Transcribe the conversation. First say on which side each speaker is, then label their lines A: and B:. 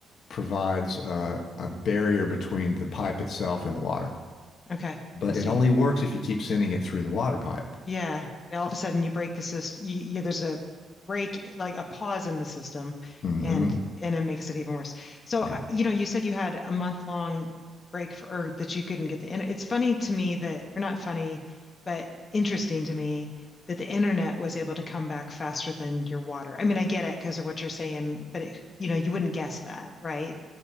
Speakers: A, on the left (about 65°); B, on the left (about 40°).
A: provides uh, a barrier between the pipe itself and the water.
B: Okay.
A: But
B: I see.
A: it only works if you keep sending it through the water pipe.
B: Yeah, And all of a sudden you break the system. You, you, there's a break, like a pause in the system,
A: hmm
B: and and it makes it even worse. So,
A: Yeah.
B: uh, you know, you said you had a month long break for or that you couldn't get the. internet. it's funny to me that, or not funny, but interesting to me that the internet was able to come back faster than your water. I mean, I get it because of what you're saying, but it, you know, you wouldn't guess that, right?